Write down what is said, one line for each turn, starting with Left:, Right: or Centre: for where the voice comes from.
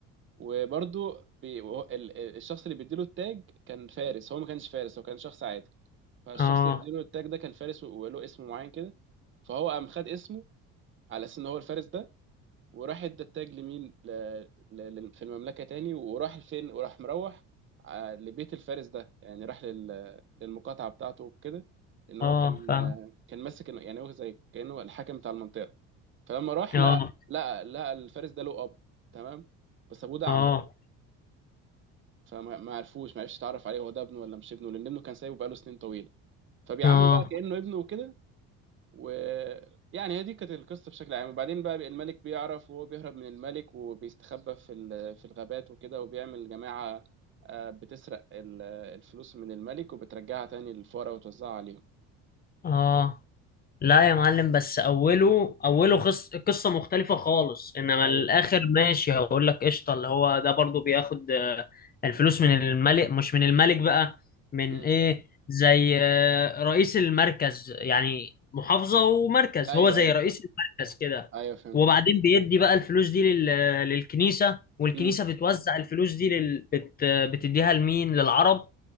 Right: وبرضه بي... وهو- ال- ال- الشخص اللي بيديله التاج كان فارس هو ما كانش فارس هو كان شخص عادي فالشخص
Left: اه
Right: اللي بيديله التاج ده كان فارس و- وله اسم معين كده فهو قام خد اسمه على اساس ان هو الفارس ده وراح ادى التاج لمين ل... ل... لل- في المملكة تاني وراح لفين وراح مروح ع- لبيت الفارس ده يعني راح لل... للمقاطعة بتاعته وكده ان هو
Left: اه
Right: كان
Left: فاهم
Right: كان ماسك يعني هو زي كأنه الحاكم بتاع المنطقة فلما راح
Left: اه
Right: لقى لقى لقى الفارس ده له اب تمام بس ابوه ده اعمى
Left: اه
Right: فما ما عرفوش ما عرفش يتعرف عليه هو ده ابنه ولا مش ابنه لان ابنه كان سايبه بقاله سنين طويله فبيعامله
Left: اه
Right: بقى كانه ابنه وكده ويعني هي دي كانت القصه بشكل عام وبعدين بقى الملك بيعرف وهو بيهرب من الملك وبيستخبى في ال- في الغابات وكده وبيعمل جماعه آه، بتسرق ال- الفلوس من الملك وبترجعها تاني للفقراء وتوزعها عليهم
Left: اه لا يا معلم بس اوله اوله خص... قصه مختلفه خالص انما
Right: ايوه
Left: الاخر ماشي هقول لك قشطه اللي هو ده برضو بياخد آه، الفلوس من الملك مش من الملك بقى من
Right: مم.
Left: ايه زي آه، رئيس المركز يعني محافظه ومركز
Right: ايوه
Left: هو زي
Right: ايوه
Left: رئيس
Right: فاهم
Left: المركز كده
Right: ايوه فهمت
Left: وبعدين بيدي بقى الفلوس دي لل... للكنيسه والكنيسه
Right: امم
Left: بتوزع الفلوس دي لل... بت... بتديها لمين للعرب